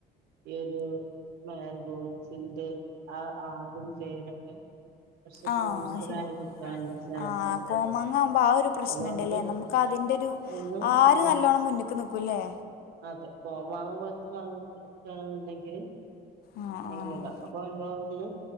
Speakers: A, on the right; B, on the left.
A: ഈ ഒരു മാങ്കോസിന്റെ ആ ആതും പേരൊക്കെ കുറച്ച്
B: ആഹ
A: കൂടുതലായി
B: ശരിയാ
A: നിക്കാനുള്ള ചാൻസ്
B: ആഹ
A: ഉണ്ട്
B: കോമാങ്ങ ആവു മ്പോ ആ ഒരു പ്രശ്നംണ്ട്ല്ലേ
A: അതുകൊണ്ട്
B: നമുക്ക് അ അതിന്റെ ഒരു
A: ഒന്ന്
B: ആര്
A: മി-
B: നല്ലോണം മുന്ന് ക്ക് നിക്കൂല്ലേ
A: അതെ കോ മാങ്ങ പോലത്തെ മാങ്ങ എക്കണുണ്ടെങ്കില്
B: ആഹ്
A: അങ്ങനണ്ട അപ്പൊ നമ്മളൊന്ന്